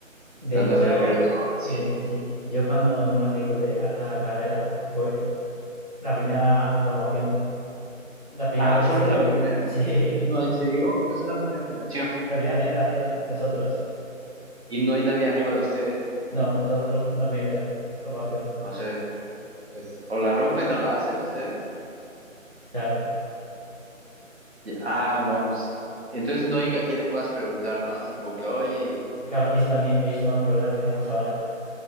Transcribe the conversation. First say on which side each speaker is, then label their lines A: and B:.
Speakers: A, on the right; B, on the right.
A: De
B: La han
A: hecho,
B: de haber abierto reciente.
A: eh, sí, yo cuando me matriculé a la carrera fue la primera promoción, la primera
B: Ah,
A: vez
B: ¿fueron
A: que se creó,
B: la primera?
A: <laughs> sí,
B: No, ¿en serio? O sea, son la primera generación.
A: la primera generación, nosotros.
B: Y no hay nadie arriba de ustedes.
A: No, nosotros la primera promoción,
B: O sea, o sea, es- o la rompen o la hacen ustedes.
A: claro.
B: Ya, Ah, no, pues entonces no hay a quien le puedas preguntar, ¿no? Así como que, oye,
A: Claro, ese también es uno de los problemas que tenemos ahora